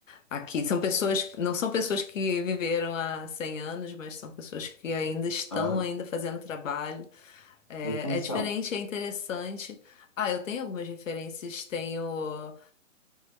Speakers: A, on the left (about 70°); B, on the left (about 25°).
A: aqui são pessoas, não são pessoas que viveram há 100 anos, mas são pessoas que ainda estão
B: aham.
A: ainda fazendo trabalho. É,
B: E quem são?
A: é diferente, é interessante. Ah, eu tenho algumas referências, tenho